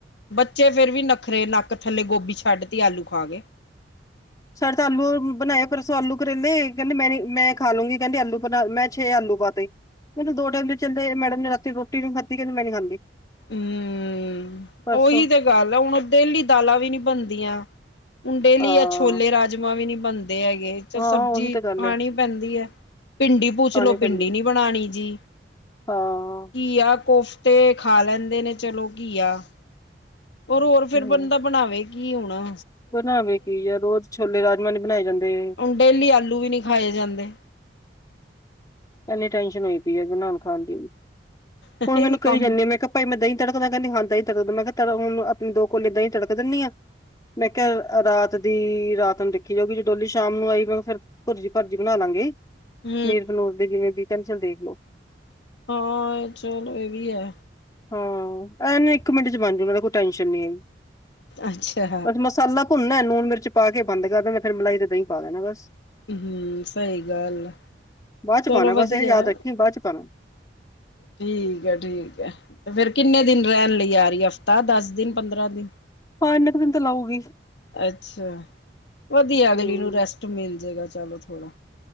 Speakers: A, on the left (about 70°); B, on the left (about 20°).
A: ਬੱਚੇ ਫੇਰ ਵੀ ਨਖਰੇ ਨੱਕ ਥੱਲੇ ਗੋਭੀ ਛੱਡ ਤੇ ਆਲੂ ਖਾ ਗ
B: ਸਾਡੇ ਤਾਂ ਆਲੂ ਬਣਾਇਆ ਫਿਰ ਸੋ ਦੇ ਆਲੂ ਕਰੇਲੇ ਕਹਿੰਦੇ ਮੈਂ ਨੀ ਮੈਂ ਖਾਾਲੂੰਗੀ ਕਹਿੰਦੀ ਆਲੂ ਬਣਾ ਮੈਂ ਛੇ ਆਲੂ ਪਾ ਲੇ। ਮੈਨੂੰ ਦੋ ਟਾਈਮ ਦੇ ਚਦੇ ਮੈਡਮ ਨੇ ਰਾਤੀ ਰੋਟੀ ਨੂੰ ਖਾਂਦੀ ਮੈਂ ਨਹੀਂ ਖਾਂਦੀ।
A: ਹੂੰ,
B: ਪਰਸੋਂ
A: ਉਹੀ ਤੇ ਗੱਲ ਆ ਹੁਣ ਦਲੀ ਦਾਲਾਂ ਵੀ ਨੀ ਬਣਦੀਆਂ। ਡੇਲੀ
B: ਹਾਂ।
A: ਲਈ ਆ ਛੋਲੇ ਰਾਜਮਾਂ ਵੀ ਨੀ ਬਣਦੇ ਹੈਗੇ ਚ
B: ਹਾਂ
A: ਸਬਜ਼ੀ
B: ਉਹੀ ਤਾਂ
A: ਖਾਣੀ।
B: ਗੱਲ ਹੈ
A: ਪੈਂਦੀ ਐ ਭਿੰਡੀ। ਪੁੂਛ
B: ਖਾਣੀ
A: ਲੋ ਭਿੰਡੀ
B: ਪੈਂਦੀ
A: ਨੀ ਬਣਾਣੀ ਜੀ
B: ਹਾਂ
A: ਘੀਆ ਕੋਫਤੇ। ਖਾ ਲੈਂਦੇ ਨੇ ਚਲੋ ਘੀਆ। ਪਰ ਹੋਰ ਫੇਰ
B: ਹੂੰ।
A: ਬੰਦਾ ਬਣਾਵੇ ਕੀ ਹੁਣਾ।
B: ਬਣਾਵੇ ਕੀ ਹੈ ਰੋਜ਼ ਛੋਲੇ ਰਾਜਮਾਂ ਨੀ ਬਣਾਏ ਜਾਂਦੇ।
A: ਡੇਲੀ ਆਲੂ ਵੀ ਨੀ ਖਾਏ ਜਾਂਦੇ।
B: ਇਨੀ ਟੈਸ਼ਨ ਹੋਈ ਪਈ ਹੈਮਾਨ ਖਾਨ ਦੀ ਵੀ
A: ਇਹ
B: ਹੁਣ ਮੈਨੂੰ
A: ਵੀ
B: ਕਹੀ
A: ਕੰਮ
B: ਜਾਂਦੀ ਮੈਂ ਕਿਹਾ ਭਾਈ ਮੈਂ ਦਹੀਂ ਤੜਕਦਾ ਕਹਿੰਦੀ ਹਾਂ ਦਹੀਂ ਤੜਕਦਾ ਮੈਂ ਕਿਹਾ ਹੁਣ ਆਪਣੇ ਦੋ ਕੋਲੇ ਦਹੀਂ ਤੜਕ ਦਿੰਦੀ ਹਾਂ। ਮੈਂ ਕਿਹਾ ਰਾਤ ਦੀ ਰਾਤ ਨੂੰ ਦੇਖੀ ਜਾਊਗੀ ਜੇ ਡੋਲੀ ਸ਼ਾਮ ਨੂੰ ਆਈ ਮੈਂ ਫਿਰ ਭੁਰਜੀ ਭਰਜੀ ਬਣਾ ਲਾਂਗੇ।
A: ਹੂੰ,
B: <unintelligible> ਬਨੂਰ ਦੇ ਜਿਵੇਂ ਬ ਕਨਚਲ ਦੇਖ ਲੋ।
A: ਹਾਂ ਚੱਲ ਏ ਵੀ ਐ।
B: ਹਾਂ ਇਹਨ ਇੱਕ ਮਿੰਟ ਚ ਬਣ ਜੂ ਮੇਰਾ ਕੋਈ ਟੈਨਸ਼ਨ ਨੀ,
A: ਅੱਛਾ।
B: ਪ ਮਸਾਲਾ ਭੁੰਨੈ ਲੂਣ ਮਿਰਚ ਪਾ ਕੇ ਬੰਦ ਕਰਦਾ ਮੈਂ ਫਿਰ ਮਲਾਈ ਤੇ ਦਹੀਂ ਪਾ ਦੇਣਾ ਬਸ।
A: ਹੂੰ ਸਹੀ ਗੱਲ
B: ਬਾਚ
A: ਚਲੋ
B: ਪਾਣਾ
A: ਵਧੀਆ।
B: ਬਸ ਇਹ ਯਾਦ ਰੱਖੀ ਬਾਚ ਪਾਓ।
A: ਠੀਕ ਐ ਠੀਕ ਐ ਤੇ ਫੇਰ ਕਿੰਨੇ ਦਿਨ ਰਹਿਣ ਲਈ ਆ ਰਹੀ ਹਫ਼ਤਾ, ਦਸ ਦਿਨ, ਪੰਦਰਾਂ ਦਿਨ?
B: ਹਾਂ ਇੰਨ ਕੁ ਦਿਨ ਤਾਂ ਲਾਉਗੀ।
A: ਅੱਛਾ, ਵਧੀਆ ਅਗਲੀ
B: ਹੂੰ
A: ਨੂੰ ਰੈਸਟ ਮਿਲ ਜੇਗਾ ਚਲੋ ਥੋੜ੍ਹਾ।